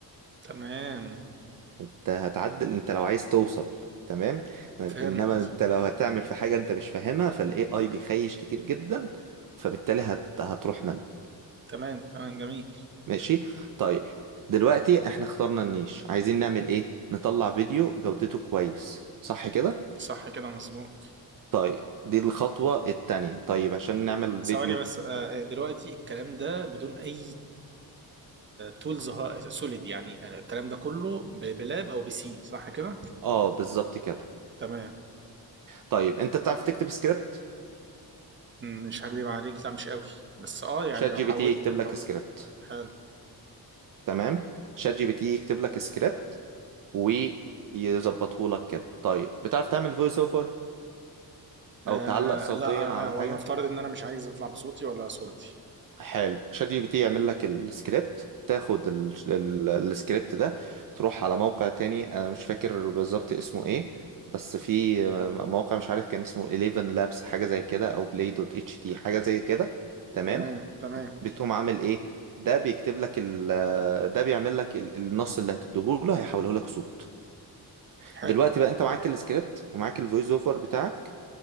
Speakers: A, on the right; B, on the right.
A: تمام
B: انت هتعدل انت لو عايز توصل تمام ما-
A: فهمت
B: انما انت لو هتعمل في حاجة انت مش فاهمها فالاي اي بيخيش كتير جدا فبالتالي هت... هتروح منك
A: تمام تمام جميل
B: ماشي طيب دلوقتي احنا اخترنا النيش عايزين نعمل ايه نطلع فيديو جودته كويس صح كده
A: صح كده مظبوط
B: طيب دي الخطوة التانية طيب عشان نعمل الفيديو
A: ثواني بس آه، آه، دلوقتي الكلام ده بدون اي تولز سوليد يعني أنا الكلام ده كله ب- بلاب او بسي صح كده
B: اه بالظبط كده
A: تمام
B: طيب انت بتعرف تكتب سكريبت
A: مم، مش هكدب عليك لا مش قوي بس اه يعني
B: شات
A: لو
B: جي
A: حاول
B: بي تي يكتب
A: لو
B: لك سكريبت
A: حلو
B: تمام شات جي بي تي يكتب لك سكريبت ويظبطه لك كده طيب بتعرف تعمل فويس اوفر
A: آه
B: او تعلق صوتيا
A: لا أنا
B: على
A: أنا-
B: حاجة
A: ولنفترض ان انا مش عايز اطلع بصوتي ولا صورتي
B: حلو شات جي بي تي يعمل لك السكريبت تاخد ال- ال- السكريبت ده تروح على موقع تاني انا مش فاكر بالظبط اسمه ايه بس في موقع مش عارف كان اسمه 11 لابس حاجة زي كده او بلاي دوت اتش تي حاجة زي كده تمام
A: تمام تمام
B: بتقوم عامل ايه ده بيكتب لك ال ده بيعمل لك ال- النص اللي هتديهوله هيحوله لك صوت
A: حلو
B: دلوقتي بقى انت معاك السكريبت ومعاك الفويس اوفر بتاعك